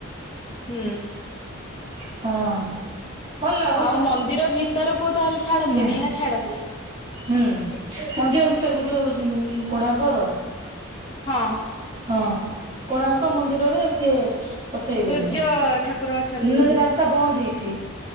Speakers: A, on the left (about 20°); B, on the right (about 25°).
A: ହୁଁ।
B: ହଁ। ଭଲ ହଉଛି
A: ଆଉ ମନ୍ଦିର
B: ତ
A: ଭିତରକୁ ତାହେଲେ ଛାଡନ୍ତିନି
B: ହୁଁ।
A: ନା ଛାଡନ୍ତି।
B: ହୁଁ ମନ୍ଦିର ଭିତରକୁ ଯୋଉ କୋଣାର୍କର।
A: ହଁ।
B: ହଁ କୋଣାର୍କ ମନ୍ଦିରରେ ସିଏ ପସେଇବେନି,
A: ସୂର୍ଯ୍ୟ ଠାକୁର ଅଛନ୍ତି
B: ଇଲେ
A: ବୋଧେ
B: ହେରା। ରାସ୍ତା ବନ୍ଦ ହେଇଛି